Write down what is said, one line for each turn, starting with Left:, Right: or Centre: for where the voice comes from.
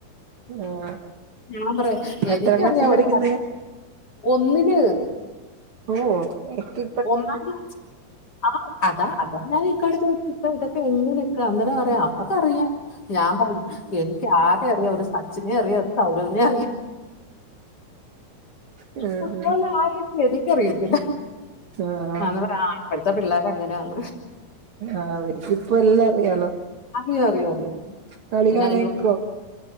Right: ആഹ്
Left: ഞാൻ പറയാ, എനിക്കറിയാം
Right: എത്രാം ക്ലാസ്സിൽ പഠിക്കുന്നെ
Left: ഒരു കാര്. ഒന്നിന്.
Right: ഓ, എടക്ക്.
Left: ഒന്നാം ക്ലാച്. ആഹ്, അതാ, അതാ ഞാൻ ഇക്കാട് ചോദിച്ചെ, ഇക്ക ഇതൊക്കെ എങ്ങനെ ഇക്ക. അന്നേരം പറയാ, അവർ ക്കറിയാം. ഞാൻ പറയും, എനിക്ക് ആകെ അറിയാം, ഒരു സച്ചിനെ അറിയാം, ഒരു സൗരവിനെ അറിയാം.
Right: ഉം
Left: ഫുട്ബോളിലെ ആരെ എനിക്കറിയത്തില്ല.
Right: ആഹ്
Left: ഞാൻ പറയ, ആഹ് ഇപ്പഴത്തെ പിള്ളേർ അങ്ങനെയാന്ന്.
Right: ആഹ്, അവർക്ക് ഇപ്പ എല്ലാം അറിയാലോ?
Left: അറിയാം അറിയാം അറിയാം
Right: കളി
Left: പിന്നെ
Right: കാണാനിരിക്കു
Left: അതിന്റെ
Right: വോ?